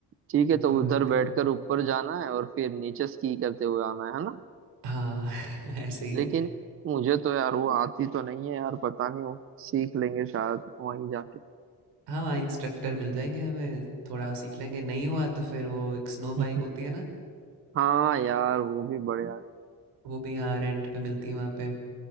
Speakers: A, on the right (about 35°); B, on the right (about 85°).
A: ठीक है
B: बिल्कुल
A: तो उधर
B: बिल्कुल
A: बैठकर ऊपर जाना है और फिर नीचे स्की करते हुए आना है है ना
B: हाँ <laughs> ऐसे ही
A: लेकिन
B: है
A: मुझे तो यार वो आती तो नहीं है यार पता नहीं वो सीख लेंगे शायद वहीं जाके
B: हाँ हाँ इंस्ट्रक्टर मिल जाएंगे हमें थोड़ा सीख लेंगे नहीं हुआ तो फिर वो एक स्नो
A: <laughs>
B: बाइक होती है ना
A: हाँ यार
B: तो
A: वो भी बढ़िया
B: वो भी यहाँ रेंट पे मिलती है वहाँ पे